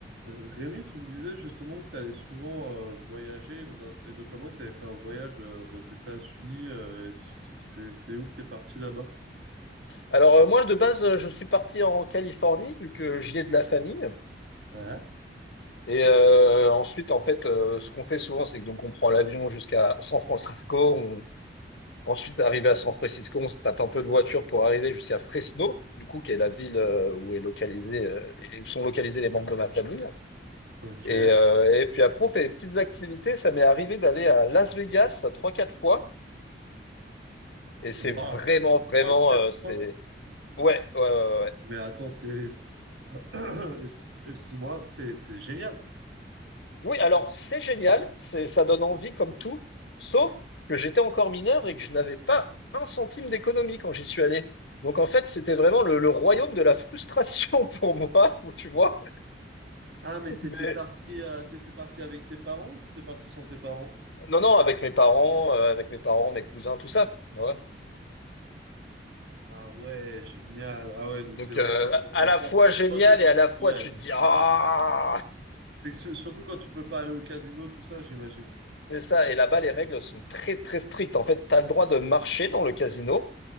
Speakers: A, on the right; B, on the left.
A: Rémi, tu me disais justement que tu allais souvent euh, voyager, no- et notamment que tu avais fait un voyage euh, aux États-Unis. euh, c- c'est, c'est où que tu es parti là-bas?
B: Alors euh, moi de base euh, je suis parti en Californie vu que j'y ai de la famille
A: Ouais.
B: et euh, ensuite en fait euh, ce qu'on fait souvent c'est que donc on prend l'avion jusqu'à San Francisco on... ensuite arrivé à San Francisco on se tape un peu de voiture pour arriver jusqu'à Fresno du coup qui est la ville euh, où est localisé euh, les- où sont localisés les membres de ma famille
A: Ok.
B: et, euh, et puis après on fait des petites activités ça m'est arrivé d'aller à Las Vegas trois quatre fois et c'est
A: Waouh,
B: vraiment vraiment
A: trois, quatre
B: euh, c'est
A: fois.
B: Ouais, ouais, ouais, ouais. ouais.
A: Mais attends, c'est... <clears throat> Ex- <coughs> Excuse-moi, c'est c'est génial.
B: Oui, alors c'est génial, c'est, ça donne envie comme tout, sauf que j'étais encore mineur et que je n'avais pas un centime d'économie quand j'y suis allé. Donc en fait, c'était vraiment le, le royaume de la frustration <laughs> pour moi, tu vois.
A: Ah, mais t'étais
B: Mais
A: parti, euh, t'étais parti avec tes parents ou t'étais parti sans tes parents?
B: non, non, avec mes parents, euh, avec mes parents, mes cousins, tout ça. Ouais.
A: Ah ouais, génial. Ah ouais, donc
B: Donc
A: c'est vrai
B: euh,
A: que c'est un peu frustrant.
B: à la fois génial
A: Quand tu peux...
B: et à la fois
A: Ouais.
B: tu te dis ah.
A: C'est que su- Surtout quand tu peux pas aller au casino, tout ça, j'imagine.
B: C'est ça. Et là-bas, les règles sont très, très strictes. En fait, tu as le droit de marcher dans le casino.